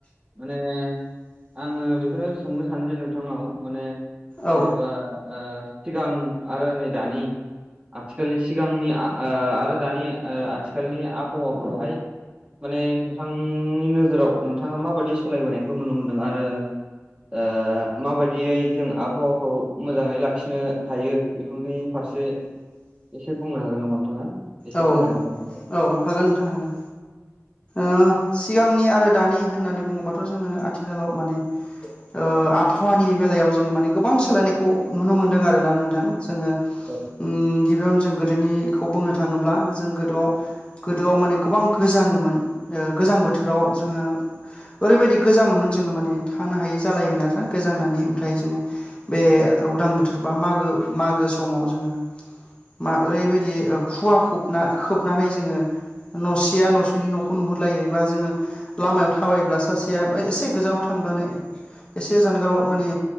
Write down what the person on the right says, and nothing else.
माने आङो बेखौनो सोंनो सानोदि नोंथांनाव माने
जेनेबा ओ सिगां आरो नै दानि आथिखालनि सिगांनि ओ आरो दानि आथिखालनि आबहावाखौहाय माने नोंथांनि नोजोराव नोंथाङा माबायदि सोलायबोनायखौ नुनो मोनदों आरो ओ माबायदियै जों आबहावाखौ मोजाङै लाखिनो हायो? बेफोरनि फारसे एसे बुंनो हागोन नामा नोंथाङा एसे
फोरमायनो हागोन नामा?
औ